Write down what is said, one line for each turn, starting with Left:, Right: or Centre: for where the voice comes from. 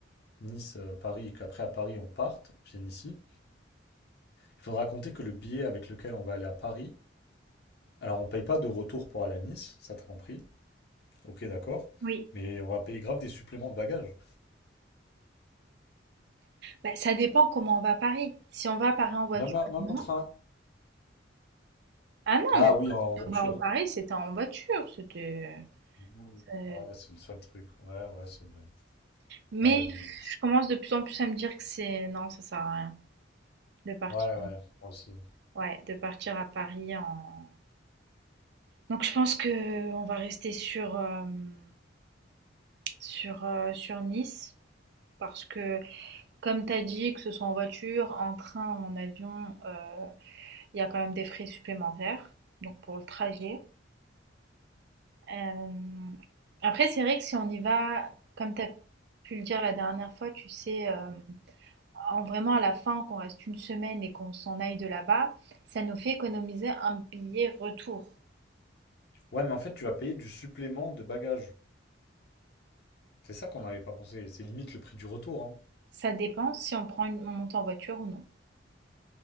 Left: Nice, euh, Paris, et qu'après à Paris on parte, on vienne ici, il faudra compter que le billet avec lequel on va aller à Paris, alors on paye pas de retour pour aller à Nice, ça t'as compris. Ok, d'accord.
Right: Oui.
Left: Mais on va payer grave des suppléments de bagages.
Right: Bah, ça dépend comment on va à Paris. Si on va à Paris en voiture,
Left: Même, en- même
Right: non.
Left: en train.
Right: Ah non,
Left: Ah
Right: mais si
Left: oui, en, en voiture.
Right: on va à Paris, c'était en voiture. C'était.
Left: Mmh.
Right: euh,
Left: Ouais, c'est le seul truc. Ouais, ouais, c'est vrai.
Right: Mais
Left: À la limite.
Right: je commence de plus en plus à me dire que c'est non, ça sert à rien de partir
Left: Ouais, ouais, moi aussi.
Right: ouais, de partir à Paris en donc je pense que on va rester sur, hem, sur, heu, sur Nice parce que comme tu as dit, que ce soit en voiture, en train en avion, heu, il y a quand même des frais supplémentaires, donc pour le trajet. Hem, après c'est vrai que si on y va, comme tu as pu le dire la dernière fois, tu sais, hem en vraiment à la fin, qu'on reste une semaine et qu'on s'en aille de là-bas, ça nous fait économiser un billet retour.
Left: Ouais, mais en fait, tu vas payer du supplément de bagages. C'est ça qu'on n'avait pas pensé. C'est limite le prix du retour, hein.
Right: Ça dépend si on prend une, on monte en voiture ou non,